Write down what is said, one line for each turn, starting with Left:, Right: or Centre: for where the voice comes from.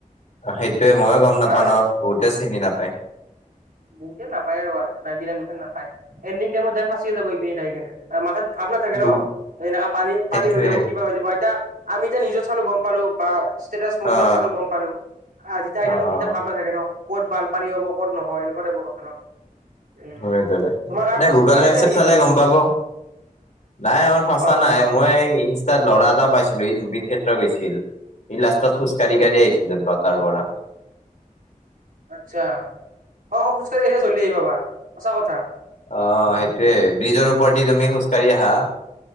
Left: অ, সেইটোয়ে ময়ে গম নাপাও
Right: আৰু
Left: ন, বহুতে চিনি নাপায়।
Right: বহুতে নাপায় আৰু নাইনটি নাইন পাৰ্চন নাপাই এন্দিং টাইমত যাই ফাঁচি যাব আইপিনে যাই কেনে। মাথাত ভাৱ ন থাকে
Left: বহুত
Right: ন, এনেকে পানী,
Left: সেইটোয়ে
Right: পানী হৈ যাব, কিবা হৈ যাব এতিয়া। আমি এতিয়া নিজত চালো গম পালো, বা ষ্টেটাছ মোবাইলত
Left: অ
Right: চালো গম পালো, যেতিয়া
Left: অ অ
Right: <unintelligible> থাকে ন ক'ত বানপানী হ'ব, ক'ত নহয়, এনেকুৱা টাইপৰ কথা ন। উম
Left: হয় তেওলে,
Right: তোমাৰ কাৰণে
Left: এনে গুগল
Right: ফাঁচিছে
Left: মেপ -চেপ
Right: নেকি
Left: চালে
Right: কোনোবাই
Left: গম পাব? নাই আমাৰ ফাচা
Right: অ
Left: নাই,
Right: অ
Left: মই এই ইনষ্টাত লৰা এটা পাইছিলো, ই জুবিন ক্ষেত্ৰ গৈছিল। সি লাষ্টত খোজকাঢ়ি
Right: উম
Left: কাঢ়ি আহিছিল <unintelligible> পৰা।
Right: আচ্ছা, অ অ খোজ কাঢ়ি আহি জল্ডী আহি পাবা সঁচা কথা।
Left: অ সেইটোয়ে, ব্ৰিজৰ ওপৰেদি তুমি খোজ কাঢ়ি আহা?